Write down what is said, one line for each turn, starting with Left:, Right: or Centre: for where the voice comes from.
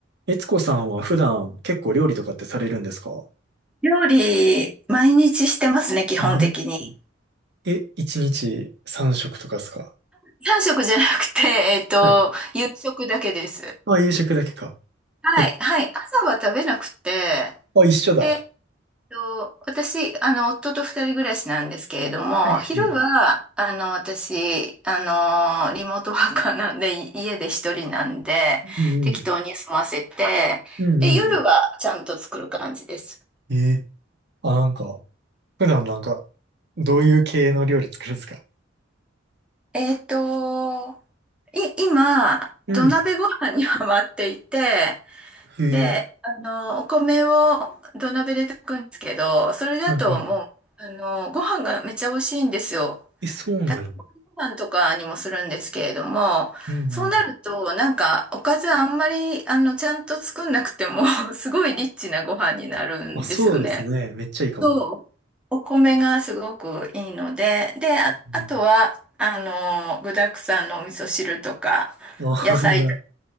Right: 悦子さんは普段結構料理とかってされるんですか
Centre: 料理、毎日してますね、基本的に。
Right: 毎日。え、1日3食とかですか
Centre: 3食じゃなくて、<laughs> えっと、
Right: はい。
Centre: 夕食だけです。
Right: あ、夕食だけか。
Centre: はい、
Right: え、
Centre: はい。朝は食べなくて、
Right: あ、一緒だ。
Centre: で、えっと、私、あの、夫と二人暮らしなんですけれども、
Right: はい。
Centre: 昼は、
Right: はい
Centre: あの、私、あの、リモートワーカーなんで、い家で一人なんで、
Right: うんうん。
Centre: 適当に済ませて、
Right: うんう
Centre: で、夜はちゃんと作る感じです。
Right: ん。えーあ、なんか、普段なんか、どういう系の料理作るんですか
Centre: えっと、い、今、
Right: うん。
Centre: 土鍋ご飯にハマっていて、
Right: へえ、
Centre: で、あの、お米を土鍋で炊くんですけど、それだともう、
Right: はいはい。
Centre: あの、ご飯がめっちゃ美味しいんですよ。
Right: え、そうなんや。
Centre: 炊き込みご飯とかにもするんですけれども、
Right: うんうん。
Centre: そうなると、なんか、おかずあんまり、あの、ちゃんと作んなくても <laughs> すごいリッチなご飯になるんですよね。
Right: あ、そうですね。めっちゃいいかも。
Centre: そう、お米がすごくいいので、で、あ、
Right: うん。
Centre: あとは、あの、具沢山のお味噌汁とか、
Right: あ、
Centre: 野菜とか、
Right: <laughs> いいな。